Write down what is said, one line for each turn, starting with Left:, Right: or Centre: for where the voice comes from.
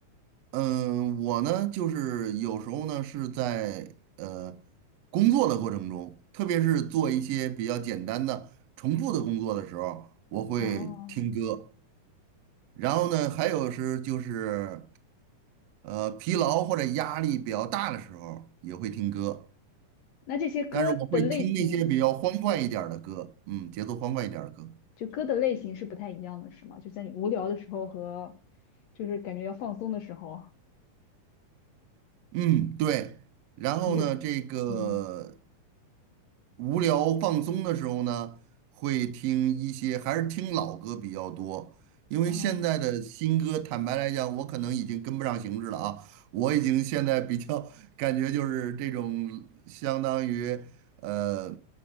Right: 嗯，我呢，就是有时候呢是在呃工作的过程中，特别是做一些比较简单的重复的工作的时候，我会听歌。
Left: 哦，
Right: 然后呢，还有是就是。呃，疲劳或者压力比较大的时候也会听歌，
Left: 那这些歌的类型。
Right: 但是我会听那些比较欢快一点儿的歌，
Left: 对。
Right: 嗯，节奏欢快一点儿的歌，
Left: 就歌的类型是不太一样的，是吗？就在你无聊的时候和就是感觉要放松的时候啊，
Right: 嗯，对。然后呢，
Left: 你就
Right: 这个
Left: 嗯
Right: 无聊放松的时候呢，会听一些，还是听老歌比较多。因为现在的新歌，
Left: 哦
Right: 坦白来讲，我可能已经跟不上形势了啊。我已经现在比较感觉就是这种相当于呃